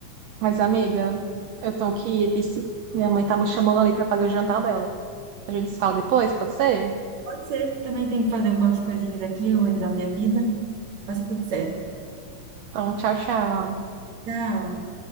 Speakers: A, on the right; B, on the right.
A: Mas, amiga, eu tenho que ir. Isso. Minha mãe tá me chamando ali pra fazer o jantar dela. A gente se fala depois, pode ser?
B: Pode ser. Também tenho que fazer algumas coisinhas aqui, organizar minha vida. Vai ser tudo certo.
A: Então, tchau, tchau.
B: Tchau.